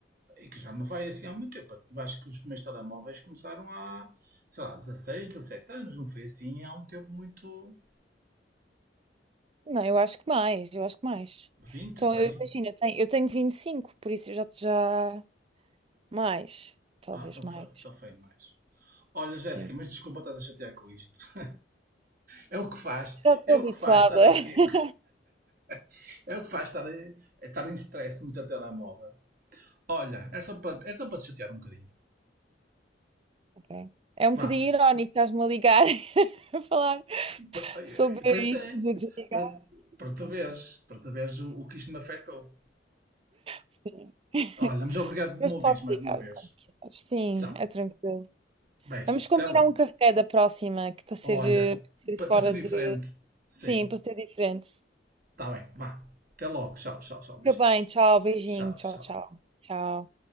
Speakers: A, on the right; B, on the right.
A: e que já não vai assim há muito tempo. Eu acho que os primeiros telemóveis começaram há, sei lá, 16 17 anos, não foi assim há um tempo muito.
B: Não, eu acho que mais, eu acho que mais.
A: vinte
B: Então,
A: para
B: eu
A: aí.
B: imagino, eu tenho, eu tenho vinte e cinco por isso eu já, já mais, talvez
A: Ah, então
B: mais.
A: foi, então foi mais. Olha, Jéssica,
B: Sim.
A: mas desculpa estar a chatear com isto. <laughs> É o que faz,
B: Já estou
A: é o
B: habituada.
A: que faz estar
B: <laughs>
A: aqui, <laughs> é o que faz estar, é estar em stress muito a telemóvel. Olha, era só para, era só para te chatear um bocadinho.
B: Ok. É um
A: Vá,
B: bocadinho irónico estás-me a ligar <laughs> a falar
A: Pa- eh,
B: sobre
A: Pois tem.
B: isto de desligar.
A: Para, para
B: Sim,
A: tu veres, para tu veres o, o que isto me afetou.
B: sim. <laughs>
A: Olha, mas obrigado por
B: Mas
A: me ouvires
B: posso
A: mais
B: ligar
A: uma vez.
B: quando quiseres. Sim,
A: Tchau.
B: é tranquilo.
A: Beijo.
B: Vamos combinar
A: Até logo.
B: um café da próxima, que para ser,
A: Olha,
B: eh, para ser
A: pa-
B: fora
A: para ser diferente.
B: de.
A: Sim.
B: Sim, para ser diferente.
A: Está bem. Vá. Até logo. Tchau, tchau, tchau. Beijinhos.
B: Fica bem, tchau, beijinho,
A: Tchau,
B: tchau,
A: tchau.
B: tchau. Tchau.